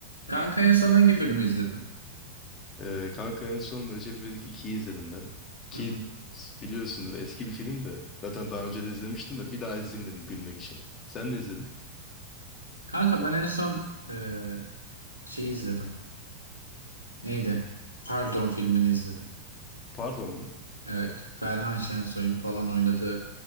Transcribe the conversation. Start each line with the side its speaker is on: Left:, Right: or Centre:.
Right: Kanka en son hangi filmi izledim?
Left: Ee, kanka en son Recep İvedik ikiyi izledim ben. Ki
Right: Hı hı.
Left: biliyorsundur eski bir film de. Zaten daha önce de izlemiştim de bir daha izleyeyim dedim gülmek için. Sen de izledin.
Right: Kanka ben en son e, şey izledim. Neydi? Pardon filmini izledim.
Left: Pardon mu?
Right: Evet. Ferhan Şensoy'un falan oynadığı